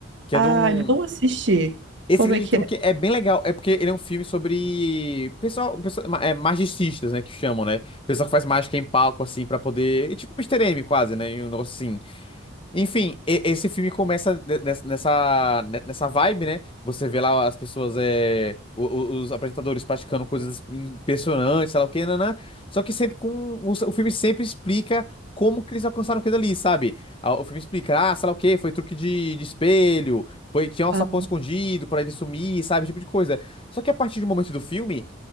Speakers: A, on the left; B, on the right.
A: Que
B: Ah,
A: é de um.
B: não assisti.
A: Esse
B: Como
A: Grande
B: é que
A: Truque
B: é?
A: é bem legal, é porque ele é um filme sobre pessoal, pessoal ma- é, magicistas, né, que chamam, né? Pessoal que faz mágica em palco, assim, pra poder, é tipo Mister M, quase, né? e Um negócio assim. Enfim, e- esse filme começa de- nessa, nessa ne- nessa vibe, né? Você vê lá as pessoas, é, o- o- os apresentadores praticando coisas impressionantes, sei lá o quê, nanã. Só que sempre com. O, o filme sempre explica como que eles alcançaram aquilo ali, sabe? Ah, O filme explica, ah, sei lá o quê, foi truque de, de espelho, foi, tinha um
B: Ah,
A: sapão escondido pra ele sumir, sabe? Esse tipo de coisa. Só que a partir do momento do filme